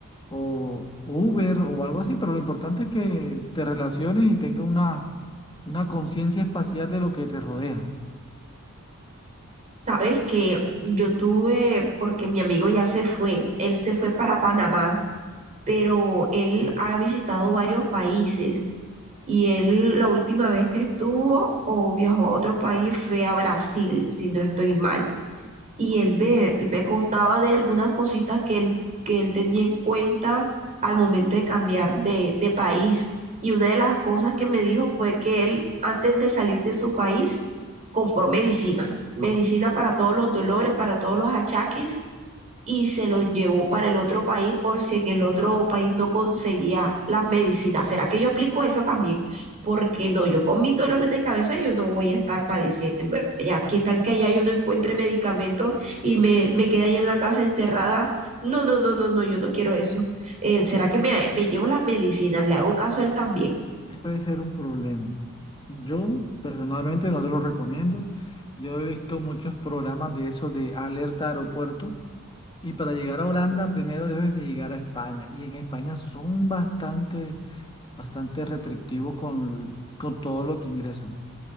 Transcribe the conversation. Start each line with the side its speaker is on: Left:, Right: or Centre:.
Left: o Uber o algo así, pero lo importante es que te relaciones y tengas una, una conciencia espacial de lo que te rodea.
Right: Sabes que yo tuve, porque mi amigo ya se fue, él se fue para Panamá. pero él ha visitado varios países y él la última vez que estuvo o viajó a otro país fue a Brasil, si no estoy mal. Y él me, él me contaba de algunas cositas que él, que él tenía en cuenta al momento de cambiar de, de país. Y una de las cosas que me dijo fue que él, antes de salir de su país, compró medicina, medicina para todos los dolores, para todos los achaques y se los llevó para el otro país por si en el otro país no conseguía las medicinas. ¿Será que yo aplico esa también? Porque no, yo con mis dolores de cabeza yo no voy a estar padeciendo allá. ¿Qué tal que allá yo no encuentre medicamentos y me, me quede ahí en la casa encerrada? No, no, no, no, no, yo no quiero eso. Eh, ¿será que me, me llevo las medicinas? Le hago caso a él también.
Left: Puede ser un problema. Yo personalmente no te lo recomiendo. Yo he visto muchos programas de esos de alerta aeropuerto Y para llegar a Holanda, primero debes de llegar a España. Y en España son bastante, bastante restrictivos con, con todo lo que ingresan.